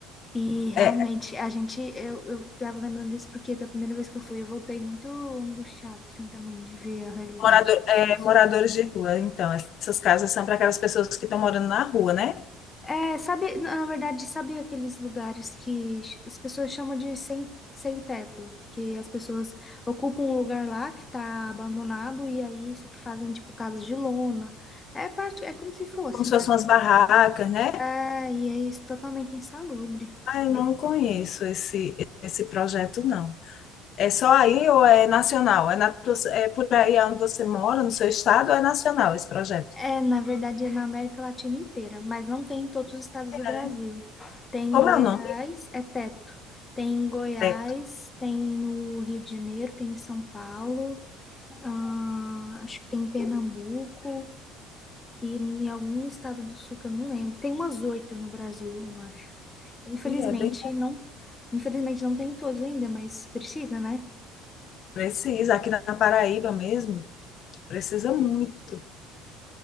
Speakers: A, on the left; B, on the left.
A: e realmente,
B: É, é
A: a gente, eu, eu tava lembrando disso porque da primeira vez que eu fui, eu voltei muito angustiada, assim, também, de ver a realidade
B: morador, é,
A: das pessoas.
B: moradores de rua, então. Essas casas são para aquelas pessoas que estão morando na rua, né?
A: É, sabe, na na verdade, sabe aqueles lugares que ch- as pessoas chamam de sem, sem teto, que as pessoas ocupam um lugar lá que tá abandonado e aí só que fazem, tipo, casas de lona. É parte, é como se fosse,
B: Como se
A: né?
B: fossem umas barracas, né?
A: É, e é isso, totalmente insalubre.
B: Ah, eu não conheço esse, esse projeto, não. É só aí ou é nacional? É, na, tua- é por aí onde você mora, no seu estado, ou é nacional esse projeto?
A: É, na verdade, é na América Latina inteira, mas não tem em todos os estados
B: É,
A: do Brasil.
B: né?
A: Tem em
B: Como
A: Goiás,
B: é o nome?
A: é teto. Tem em Goiás,
B: Preto.
A: tem no Rio de Janeiro, tem em São Paulo, ah, acho que tem em Pernambuco e em algum estado do sul que eu não lembro. Tem umas oito no Brasil, eu acho. Infelizmente,
B: E é bem
A: não, infelizmente não tem em todos ainda, mas precisa, né?
B: precisa, aqui na Paraíba mesmo, precisa muito.